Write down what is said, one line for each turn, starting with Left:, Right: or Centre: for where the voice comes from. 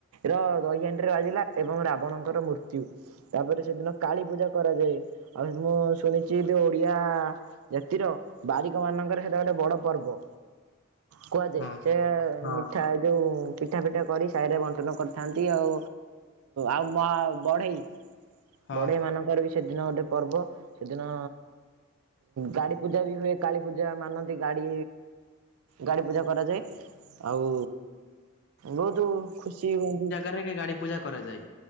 Right: ର ଦହି ଦହି ହାଣ୍ଡି ରେ ବାଜିଲା ଏବଂ ରାବଣଙ୍କର ମୃତ୍ୟୁ। ତାପରେ ସେଦିନ କାଳୀ ପୂଜା କରାଯାଏ ଆଉ ମୁଁ ଶୁଣିଛି ଓଡ଼ିଆ ଜାତିର ବାରିକ ମାନଙ୍କର ହେଟା ଗୋଟେ ବଡ ପର୍ବ। କୁହାଯାଏ
Left: ହଁ
Right: ସେ
Left: ହଁ
Right: ମିଠା ଏ ଯୋଉ ପିଠା ପିଠା କରି ସାହିରେ ବଣ୍ଟନ କରିଥାନ୍ତି ଆଉ ଆଉ ମ ବଢ଼େଇ
Left: ହଁ
Right: ବଢେଇ ମାନଙ୍କର ବି ସେଦିନ ଗୋଟେ ପର୍ବ ସେଦିନ ଗାଡି ପୂଜା ବି ହୁଏ କାଳୀ ପୂଜା ମାନନ୍ତି ଗାଡି। ଗାଡି ପୂଜା କରାଯାଏ ଆଉ ବହୁତ ଖୁସି ହୁଅନ୍ତି।
Left: ରେ କି ଗାଡି ପୂଜା କରାଯାଏ